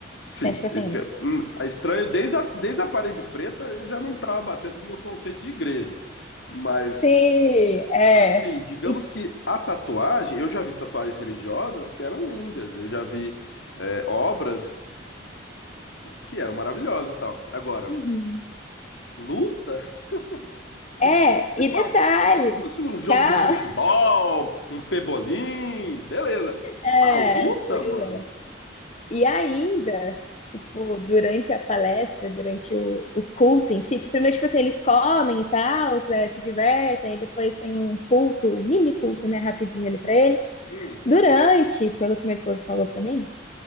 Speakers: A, on the left (about 65°); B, on the left (about 35°).
A: Sim,
B: Então, tipo assim,
A: e- que- hum, tá estranho desde a, desde a parede preta, eu já não estava batendo com o meu conceito de igreja. Mas,
B: sim, é.
A: assim, digamos
B: E,
A: que a tatuagem, eu já vi tatuagens religiosas que eram lindas, eu já vi é, obras que eram maravilhosas, e tal. Agora,
B: Uhum.
A: luta, <laughs> se
B: É,
A: fosse
B: e
A: uma,
B: detalhe,
A: se fosse um jogo
B: calma,
A: de futebol, um pebolim, beleza.
B: é,
A: Uma luta,
B: pois
A: mano.
B: é. E ainda, tipo, durante a palestra, durante o, o culto em si, que primeiro, tipo assim, eles comem e tal, se se divertem, e depois tem um culto, um mini culto, né, rapidinho ali pra eles.
A: Hum,
B: Durante, pelo que meu esposo falou pra mim,